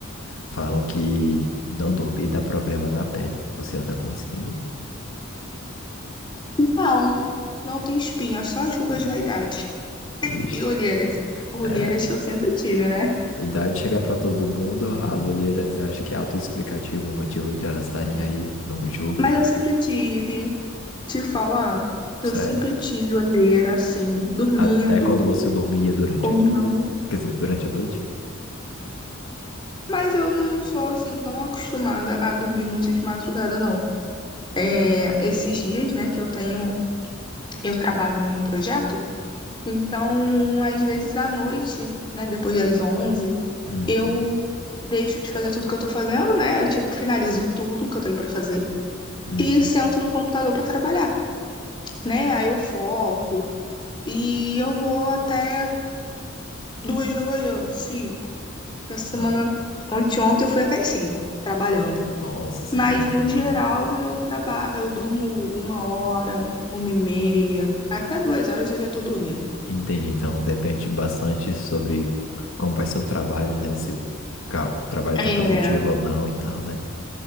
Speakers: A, on the left (about 75°); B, on the left (about 25°).
A: Falam que não dormir dá problema na pele. Você anda com espinha?
B: Não, não tem espinha, só as rugas
A: É.
B: da idade.
A: Vixe.
B: E olheiras. Olheiras
A: É,
B: que eu sempre tive, né?
A: idade chega pra todo mundo, as olheiras eu acho que é autoexplicativo o motivo de elas estarem aí. Não julgo,
B: Mas
A: pô.
B: eu sempre tive, te falar, eu
A: sério.
B: sempre tive olheira assim, dormindo
A: Até quando você dormia durante
B: ou
A: o dia?
B: não.
A: Quer dizer, durante a noite?
B: Mas eu não sou assim tão acostumada a dormir muito de madrugada, não. É, esses dias, né, que eu tenho, eu trabalho em um projeto, então, às vezes à noite, né, depois das 11,
A: Uhum.
B: eu deixo de fazer tudo que eu tô fazendo, né, eu, tipo, finalizo tudo que eu tenho pra fazer
A: Uhum.
B: e sento no computador pra trabalhar, né, aí eu foco e eu vou até duas da manhã, cinco. Essa
A: Ah,
B: semana, ontem, ontem eu fui até as cinco trabalhando.
A: nossa, cinco
B: Mas
A: da manhã,
B: no geral
A: né?
B: eu trabalho, eu durmo uma hora, uma e meia, até duas horas eu já tô dormindo.
A: Entendi. Então, depende bastante sobre como vai ser o trabalho, né? Se o ca- trabalho
B: É,
A: tá produtivo ou não, então, né?